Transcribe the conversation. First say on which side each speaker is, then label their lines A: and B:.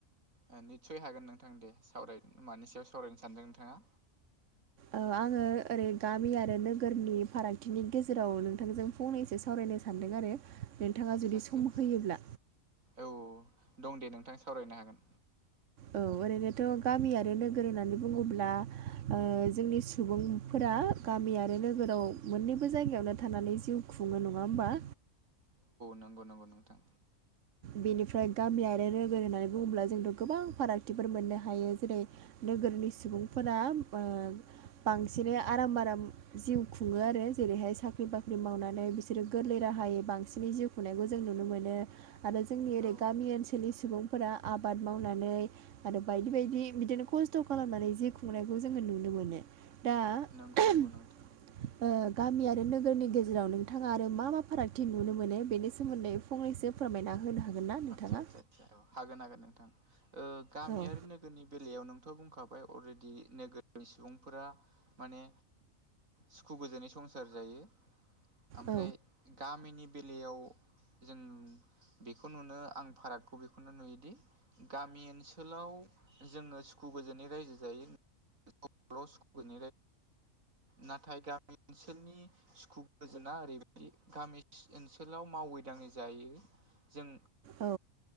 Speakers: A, on the right (about 85°); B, on the right (about 70°).
A: ओ निस्सय हागोन नोंथां दे सावराय। मानि सायाव सावरायनो सानदों नोंथाङा?
B: ओ आङो ओरै गामि आरो नोगोरनि फारागथिनि गेजेराव नोंथांजों फंनैसे सावरायनो सानदों आरो। नोंथाङा
A: आदसा
B: जुदि
A: आदसा
B: सम
A: आदसा
B: होयोब्ला
A: औ दं दे नोंथां सावरायनो हागोन।
B: औ ओरैनोथ' गामि आरो नोगोर होननानै बुङोब्ला जोंनि ओ सुबुंफोरा गामि आरो नोगोराव मोननैबो जायगायावनो थानानै जिउ खुङो नङा ओमबा?
A: नगौ नंगौ नोंथां।
B: बेनिफ्राय गामि आरो नोगोर होननानै बुङोब्ला जोंथ' गोबां फारागथिफोर मोननो हायो जेरै नोगोरनि सुबुंफोरा ओ बांसिनै आराम आराम जिउ खुङो आरो जेरैहाय साख्रि बाख्रि मावनानै बिसोरो गोरलै राहायै बांसिनै जिउ खुंनायखौ जों नुनो मोनो आरो जोंनि ओरै
A: औ
B: गामि ओनसोलनि सुबुंफोरा आबाद मावनानै आरो बायदि बायदि बिदिनो खस्थ' खालामनानै जि खुंनायखौ जोङो नुनो मोनो। दा <inaudible>
A: नंगौ नंगौ नोंथां
B: ओ गामि आरो नोगोरनि गेजेराव नोंथाङा आरो मा मा फारागथि नुनो मोनो बेनि सोमोन्दै फंनैसो फोरमायना होनो हागोन ना नोंथाङा
A: आदसा आदसा आदसा औ हागोन हागोन नोंथां ओ गामि
B: औ
A: आरो नो गोरनि बेलायाव नोंथ' बुंखाबाय अलरेडि नोगोरनि सुबुंफोरा माने सुखु गोजोनै संसार जायो ओमफ्राय
B: औ
A: गामिनि बेलायाव जों बेखौ नुनो आं फारागखौ बेखौनो नुयोदि गामि ओनसोलाव जोङो सुखु गोजोनै रायजो जायो। <unintelligible> नाथाय गामि ओनसोलनि सुखु गोजोना ओरैबायदि गामि ओनसोलाव मावै दाङै जायो। जों
B: औ